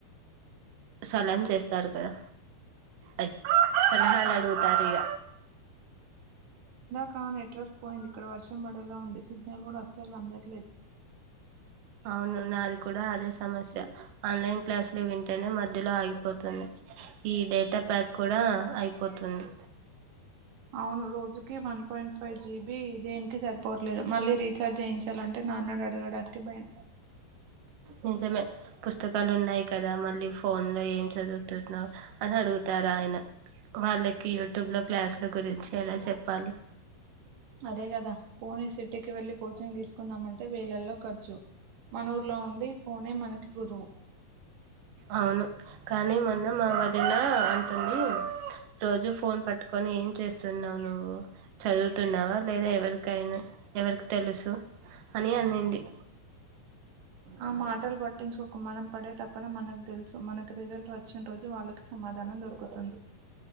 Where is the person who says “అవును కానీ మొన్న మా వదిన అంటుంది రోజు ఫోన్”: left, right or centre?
Right